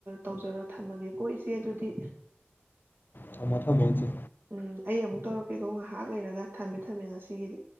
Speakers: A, on the right; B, on the left.
A: ꯇꯧꯖꯔꯣ ꯊꯝꯃꯒꯦ ꯀꯣ ꯏꯆꯦ ꯑꯗꯨꯗꯤ
B: ꯊꯝꯃꯣ ꯊꯝꯃꯣ ꯏꯆꯦ
A: ꯎꯝ ꯑꯩ ꯑꯃꯨꯛ ꯇꯧꯔꯛꯀꯦꯀꯣ ꯉꯥꯏꯍꯥꯛ ꯂꯩꯔꯒ ꯊꯝꯃꯦ ꯊꯝꯃꯦ ꯉꯁꯤꯒꯤꯗꯤ